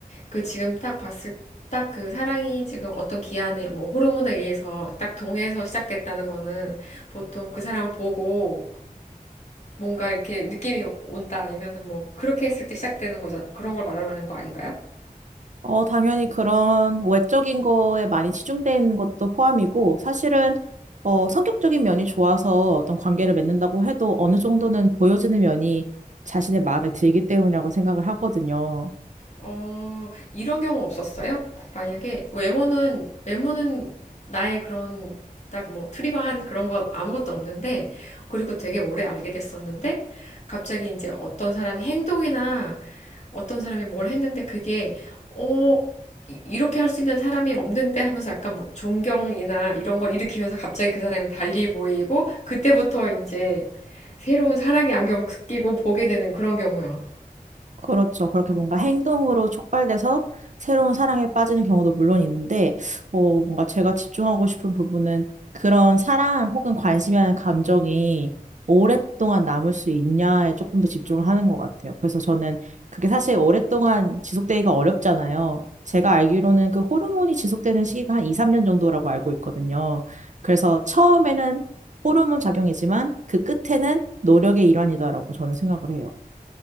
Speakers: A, on the left (about 50°); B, on the right (about 55°).
A: 그 지금 딱 봤을 딱 그 사랑이 지금 어떤 기한에 뭐 호르몬에 의해서 딱 동해서 시작됐다는 거는 보통 그 사람을 보고 뭔가 이렇게 느낌이 온다 아니면은 뭐 그렇게 했을 때 시작되는 거잖아. 그런 걸 말하는 거 아닌가요?
B: 어, 당연히 그런 외적인 거에 많이 치중되어 있는 것도 포함이고, 사실은, 어, 성격적인 면이 좋아서 어떤 관계를 맺는다고 해도 어느 정도는 보여지는 면이 자신의 마음에 들기 때문이라고 생각을 하거든요.
A: 어, 이런 경우 없었어요? 만약에 외모는 외모는 나의 그런 딱 뭐 트리거한 그런 건 아무것도 없는데 그리고 되게 오래 알게 됐었는데 갑자기 이제 어떤 사람의 행동이나 어떤 사람이 뭘 했는데 그게 어 이- 이렇게 할 수 있는 사람이 없는데 하면서 약간 뭐 존경이나 이런 걸 일으키면서 갑자기 그 사람이 달리 보이고 그때부터 이제 새로운 사랑의 안경 끼고 보게 되는 그런 경우요.
B: 그렇죠. 그렇게 뭔가 행동으로 촉발돼서 새로운 사랑에 빠지는 경우도 물론 있는데, 어, 뭔가 제가 집중하고 싶은 부분은 그런 사랑 혹은 관심이라는 감정이 오랫동안 남을 수 있냐에 조금 더 집중을 하는 것 같아요. 그래서 저는 그게 사실 오랫동안 지속되기가 어렵잖아요. 제가 알기로는 그 호르몬이 지속되는 시기가 한 2, 3년 정도라고 알고 있거든요. 그래서 처음에는 호르몬 작용이지만 그 끝에는 노력의 일환이다라고 저는 생각을 해요.